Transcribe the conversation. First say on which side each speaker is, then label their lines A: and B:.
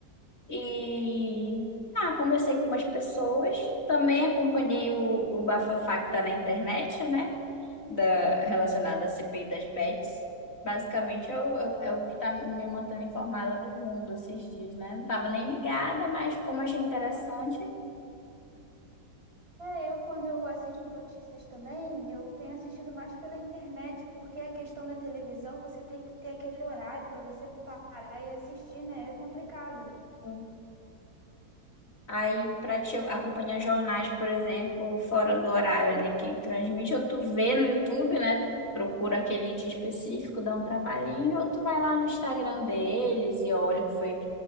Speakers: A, on the left; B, on the right.
A: e ah, conversei com umas pessoas. Também acompanhei o, o bafafá que tá na internet, né? Da, relacionado à CPI das Bets. Basicamente, é o, é o é o que tá me mantendo informada do mundo esses dias, né? Não tava nem ligada, mas como achei interessante,
B: É, eu quando eu assisto notícias também, eu tenho assistido mais pela internet, porque a questão da televisão, você tem que ter aquele horário para você parar e assistir, né? É complicado.
A: eu- Aí, para te acompanhar jornais, por exemplo, fora do horário ali que transmite, ou tu vê no YouTube, né? Procura aquele dia específico, dá um trabalhinho, ou tu vai lá no Instagram deles e olha o que foi.